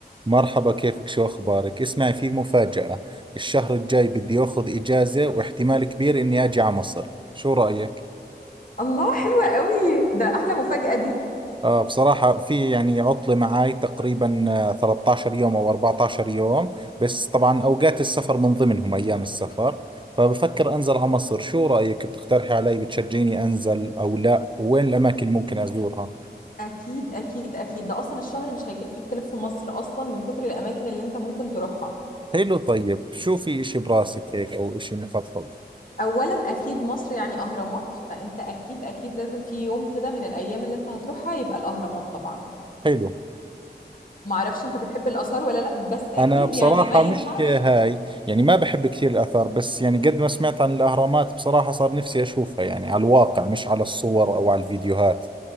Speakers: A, on the right; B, on the left.
A: مرحبا كيفك شو أخبارك؟ اسمعي في مفاجأة الشهر الجاي بدي أخذ إجازة واحتمال كبير إني أجي على مصر شو رأيك؟
B: الله حلوة قوي ده احلى مفاجأة دي
A: آه بصراحة في يعني عطلة معاي تقريبا آه، 13 يوم أو 14 يوم بس طبعا أوقات السفر من ضمنهم أيام السفر فبفكر أنزل على مصر شو رأيك؟ بتقترحي علي بتشجعيني أنزل أو لا؟ وين الأماكن اللي ممكن أزورها؟
B: اكيد اكيد اكيد ده اصلا الشهر مش هيكفيك تلف في مصر اصلا من كتر الاماكن اللي انت ممكن تروحها
A: حلو طيب شو في إشي براسك هيك أو إشي مفضل؟
B: اولا اكيد مصر يعني اهرامات فانت اكيد اكيد لازم في يوم كده من الايام اللي انت هتروحها يبقى الاهرامات طبعا
A: حلو
B: معرفش انت بتحب الاثار ولا لا بس اكيد
A: أنا بصراحة
B: يعني ما ينفعش
A: مش هاي يعني ما بحب كثير الآثار بس يعني قد ما سمعت عن الأهرامات بصراحة صار نفسي أشوفها يعني على الواقع مش على الصور أو على الفيديوهات